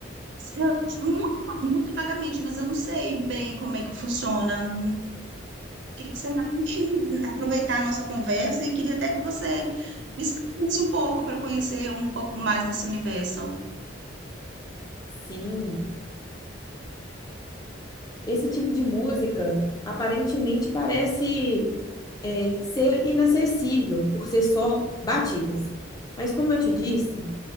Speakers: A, on the right; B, on the left.
A: eu- muito, muito vagamente, mas eu não sei bem como é que funciona. Queria que você me- aproveitar a nossa conversa e queria até que você me explicasse um pouco para eu conhecer um pouco mais desse universo.
B: Sim. Esse tipo de música aparentemente parece é, ser inacessível por ser só batidas. Mas, como eu te disse,